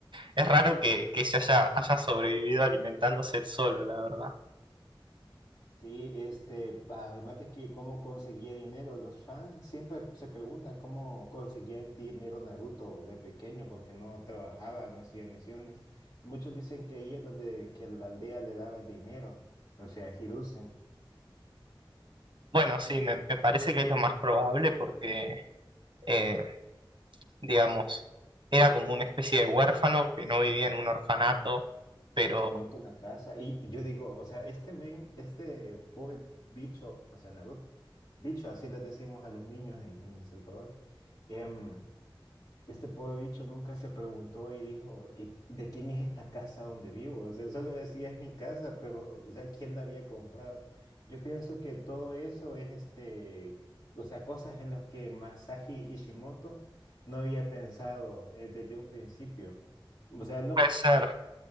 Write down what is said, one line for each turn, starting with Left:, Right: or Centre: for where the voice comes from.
Right: Es raro que, que se haya, haya sobrevivido alimentándose él solo, la verdad.
Left: Sí, este, además de que cómo conseguía dinero, los fans siempre se preguntan cómo conseguía dinero Naruto de pequeño, porque no trabajaba, no hacía misiones. Muchos dicen que ahí es donde que la aldea le daba el dinero, o sea, Hiruzen.
Right: Bueno, sí, me, me parece que es lo más probable porque, eh, digamos, era como una especie de huérfano que no vivía en un orfanato, pero
Left: Si noto en la casa. Y yo digo, o sea, este men, este pobre bicho, o sea, Naruto, bicho, así le decimos a los niños en, en El Salvador, em, este pobre bicho nunca se preguntó y dijo, ¿y de quién es esta casa donde vivo? O sea, solo decía, es mi casa, pero, o sea, ¿quién la había comprado? Yo pienso que todo eso es este, o sea, cosas en las que Masashi Hishimoto no había pensado eh, desde un principio. O sea, no
Right: puede ser.